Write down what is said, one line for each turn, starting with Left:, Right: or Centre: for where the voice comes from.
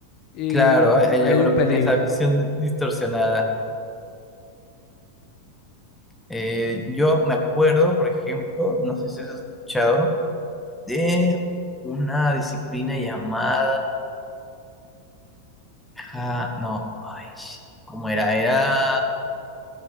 Left: y
Centre: Claro, hay, hay
Left: ahí
Centre: algunos
Left: hay un peligro.
Centre: que tienen esa visión di- distorsionada. Eh, yo me acuerdo, por ejemplo, no sé si has escuchado, de una disciplina llamada... ah, no, ay, sh- ¿cómo era? Era...